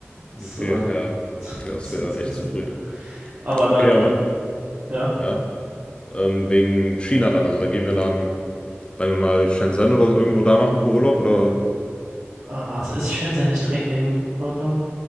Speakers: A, on the right; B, on the left.
A: Ist,
B: Okay,
A: äh,
B: ja.
A: <laughs>
B: Das
A: sind
B: wäre
A: ein
B: echt
A: bisschen
B: zu früh.
A: wohl. Aber dann,
B: Okay, aber
A: ja.
B: ja, ähm, wegen China dann. Also da gehen wir dann, sagen wir mal, Shenzhen oder so irgendwo da machen wir Urlaub oder?
A: Ah, warte, ist Shenzhen nicht direkt neben Hongkong?